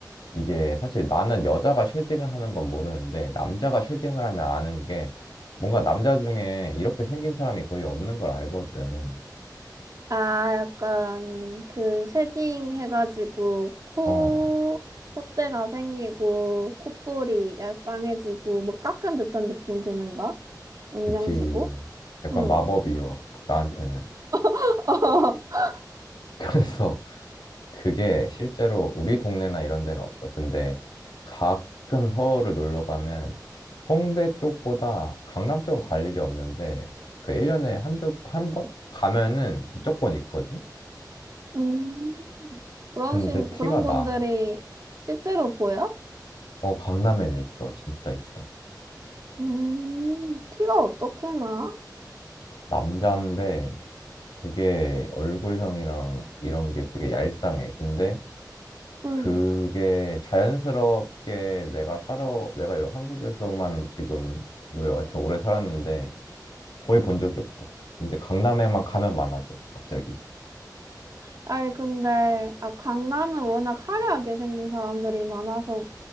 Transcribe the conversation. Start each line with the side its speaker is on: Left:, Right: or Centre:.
Left: 이게 사실 나는 여자가 쉐딩을 하는 건 모르는데 남자가 쉐딩을 하면 아는 게 뭔가 남자 중에 이렇게 생긴 사람이 거의 없는 걸 알거든.
Right: 아, 약간 그 쉐딩 해가지고 코,
Left: 어,
Right: 콧대가 생기고 콧볼이 얄쌍해지고 뭐 깎은 듯한 느낌 드는 거? 음영지구?
Left: 그치. 약간
Right: 응.
Left: 마법이요, 나한테는.
Right: <laughs>
Left: <laughs> 그래서 그게 실제로 우리 동네나 이런 데는 없어. 근데 가끔 서울을 놀러 가면 홍대 쪽보다 강남 쪽은 갈 일이 없는데 그 1년에 한두 한 번 가면은 무조건 있거든.
Right: 음. 그런
Left: 근데
Right: 신, 그런
Left: 티가
Right: 분들이
Left: 나.
Right: 실제로 보여?
Left: 어, 강남에는 있어. 진짜 있어.
Right: 음, 티가 어떻게 나?
Left: 남자인데 되게 얼굴형이랑 이런 게 되게 얄쌍해. 근데
Right: 음,
Left: 그게 자연스럽게 내가 살아 내가 여- 한국에서만 지금 뭐 여하튼 오래 살았는데 거의 본 적이 없어. 근데 강남에만 가면 많아져, 갑자기.
Right: 아이, 근데, 아, 강남은 워낙 화려하게 생긴 사람들이 많아서